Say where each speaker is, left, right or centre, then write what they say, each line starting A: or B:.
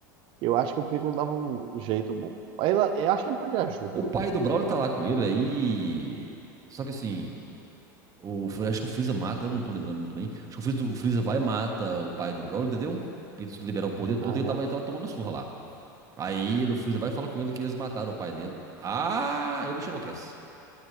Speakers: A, on the right; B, on the right.
A: eu acho que o Piccolo dava um jeito bom. Aí, ela- eu acho que ele pode ajuda,
B: O pai
A: cara.
B: do Brawler tá lá com ele aí. Só que assim. O, acho que o Freeza mata, eu não tô lembrando muito bem. Acho que o Freeza, o Freeza vai e mata o pai do Brawler, entendeu? Pra ele liberar o poder todo,
A: Aham.
B: ele tava, ele tava tomando a surra lá. Aí ele- o Freeza vai e fala com ele que eles mataram o pai dele. Ah, aí o bicho enlouquece.